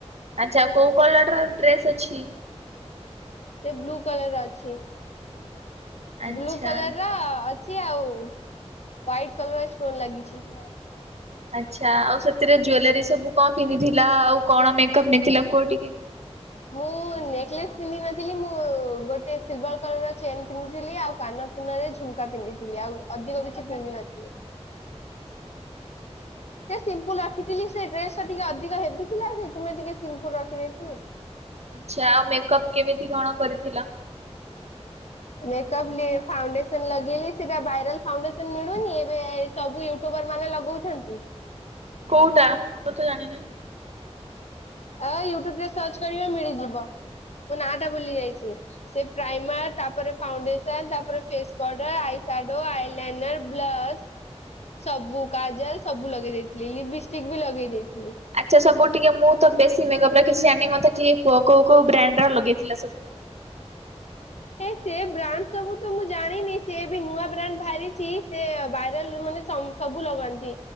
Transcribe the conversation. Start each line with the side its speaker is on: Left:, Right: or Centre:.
Right: ଆଚ୍ଛା କୋଉ କଲର ର ଡ୍ରେସ୍ ଅଛି?
Left: ସେ ବ୍ଲୁ କଲର ଅଛି।
Right: ଆଚ୍ଛା
Left: ବ୍ଲୁ କଲର ର ଅଛ୍ ଛି ଆଉ ହ୍ଵାଇଟ୍ କଲର ଷ୍ଟୋନ ଲାଗିଛି ।
Right: ଆଛା ଆଉ ସେଥିରେ ଜୁଏଲାରୀ ସବୁ କଣ ପିନ୍ଧିଥିଲା ଆଉ କଣ ମେକଅପ୍ ନେଇଥିଲା କୁହ ଟିକେ ।
Left: ମୁଁ ନେକଲେସ ପିନ୍ଧି ନଥିଲି, ମୁଁ ଗୋଟେ ସିଲଭର କଲର ଚେନ୍ ପିନ୍ଧିଥିଲି, ଆଉ କାନ ନରେ ଝୁମକା ପିନ୍ଧିଥିଲି ଆଉ ଅଧିକ କିଛି ପିନ୍ଧି ନଥିଲି।
Right: <inaudible>
Left: ସେ ସିମ୍ପୁଲ ରଖିଥିଲି, ସେ ଡ୍ରେସ ଟା ଟିକେ ଅଧିକ ହେବଥିଲା। ସେ ମୁଁ ଟିକେ ସିମ୍ପୁଲ୍ ରଖି ଦେଇଥିଲି।
Right: ଆଚ୍ଛା ଆଉ ମେକଅପ୍ କେମିତି କଣ କରିଥିଲ? <inaudible>
Left: ମେକପ୍ ଲେ ଫାଉଣ୍ଡେସନ ଲଗେଇଲି ସେଟା ଭାଇରାଲ ଫାଉଣ୍ଡେସନ ମିଳୁନି। ଏବେ ଏ ସବୁ ୟୁଟୁବର ମାନ ଲଗଉଛନ୍ତି।
Right: କୋଉଟା? ମୁଁ ତ ଜାଣିନି।
Left: ଆ ୟୁଟ୍ୟୁବ ରେ ସର୍ଚ୍ଚ କରିବ ମିଳିଯିବ । ମୁଁ ନା ଟା ଭୁଲି ଯାଇଛି। ସେ ପ୍ରାଇମର ତାପରେ ଫାଉଣ୍ଡେସନ ତାପରେ face powder eye shadow eyeliner blush ସବୁ କାଜଲ ସବୁ ଲଗେଇ ଦେଇେଇଥିଲି। ଲିପିଷ୍ଟିକ୍ ବି ଲଗେଇ ଦେଇଥ୍
Right: ଆଚ୍ଛା! ସବୁ ଟିକେ ମୁଁ ତ ବେଶ୍ ସିଏ ମେକପ ରା କିଛି ଜାଣିନି ମତେ କିଏ କୋଉ କୋଉ କୋଉ ବ୍ରାଣ୍ଡ ର ଲଗେଇଥିଲା ସବୁ
Left: ହେ ସେ ବ୍ରାଣ୍ଡ ସବୁ ତ ମୁଁ ଜାଣିନି ସେ ବି ନୂଆ ବ୍ରାଣ୍ଡ ବାହାରିଛି ସେ ଭାଇରାଲ ମନେ ସବୁ ଲଗାନ୍ତି